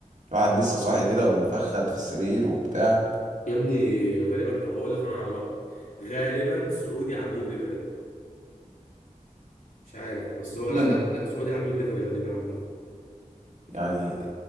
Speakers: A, on the right (about 65°); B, on the left (about 80°).
A: الواحد لسه صاحي كده ومفخد في السرير وبتاع
B: يا ابني غالبا طب هقول لك انا على لقطه غالبا سعودي عنده دليفري مش عارف بس
A: يتضمن
B: هو لا لا لا سعودي عنده دليفري غالبا عامه
A: يعني